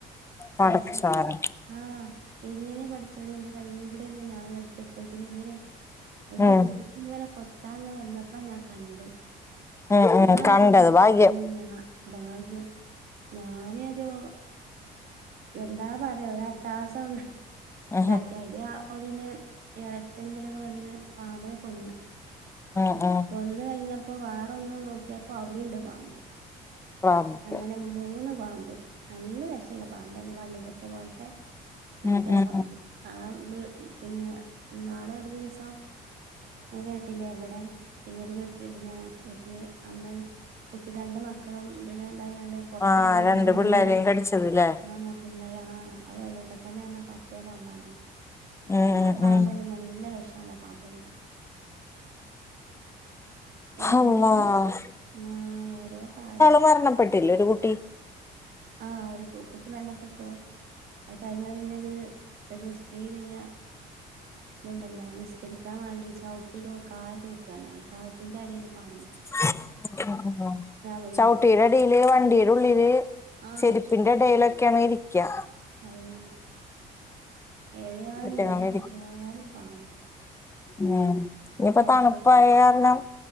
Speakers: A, on the left (about 15°); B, on the right (about 65°).
A: പടച്ചോനെ
B: പട്ച്ചോൻ ആഹ് എങ്ങനെ പട്ച്ചോനെ ന്റെ കയ് ഇവിടെന്ന ഞാനെട്ത്ത് തെ പിന്നെങ്ങനെ അല്
A: ഉം
B: കുട്ടിക്ക് ഇങ്ങനെ കൊത്താ അങ്ങ് വന്നപ്പ ഞാൻ കണ്ട്
A: ഉം
B: ഞാനാ
A: ഉം
B: എന്തയ്യും
A: കണ്ടത് ഭാഗ്യം
B: ഉം ഞാ ഭാഗ്യം ഞാനൊരു എന്താ പറയാ ഒരു അട്ടഹാസം
A: ഉം
B: ഇതാക്കിയ ഒന് ഇളച്ചൻ വരൊക്കെ വന്ന് പാമ്പിനെ കൊന്ന്
A: ഉം ഉം
B: കൊന്ന് കഴിഞ്ഞപ്പോം വേറെ ഒന്ന് നോക്കിയപ്പോ അവിടെണ്ട് പാമ്പ്
A: റബ്ബേ
B: അങ്ങനെ മൂന്ന് പാമ്പ് നല്ല വിഷളള പാമ്പ് അനെ വള്ളിക്കെട്ട് പോലത്തെ മറ്റേ
A: ഉം
B: ആ
A: ഉം
B: പാമ്പ്
A: ഉം
B: ആ പിന്നെ നാളെ ഒരു ദിവസം ങ്ങേ കേട്ടില്ലേ എവിട പിന്നൊരു വീ ക് പിന്നെ വീട്ടില് അമ്മയും കുട്ടി രണ്ട് മക്കളും പിന്നെ തായാണ്ട് പൊറത്ത്
A: ആഹ്
B: കിടന്നയ്ന്
A: രണ്ട്
B: ചൂടൊണ്ട്
A: പിള്ളേരെയും കടിച്ചത് ല്ലേ
B: ആഹ് പിന്നലെ ആഹ് വെള്ളിക്കെട്ടന് അർഞ്ഞാ മറ്റേ പാമ്പാണല്ലോ
A: ഉം ഉം
B: ആ പാമ്പ്
A: ഉം
B: നല്ല വിഷല്ല പാമ്പന്നെ ഏതായാലും
A: അള്ളാഹ്
B: ആഹ് ഓരോ കാൽ
A: മരണപ്പെട് ത്തില്ലൃ ഒരു കുട്ടി
B: ആഹ് ഒരു കുട്ടി മരണപ്പെട്ടു അത് കഴിഞ്ഞാപൊ പിന്നെ ഒരു ഒരു സ്ത്രീ പിന്നെ ഇത്ണ്ടല്ലോ നിസ്കരിക്കാം വേണ്ടി ചവിട്ടി തു കാൽ തൂത്യാണ് പർഞ്ഞ് ചൗ ട്ടിന്റെ അടീല് പാമ്പ്
A: <unintelligible>
B: പെണ്ണ്
A: ചൗട്ടിടെ
B: മരിച്ചു
A: റിലെ വണ്ടീടെ ഉള്ളില്
B: ആ
A: ചെരുപ്പിന്റെ എടേലൊക്കെണ് ഇരിക്ക്യാ
B: അതല്ലേ. ഏതയാലും
A: കുറ്റങ്ങള്
B: എവിടെ നോക്ക്യാലും പാമ്പ്.
A: ഞാൻ ഇനിയിപ്പോ
B: ഇപ്പം കുറച്ച്
A: തണുപ്പായ കാരണം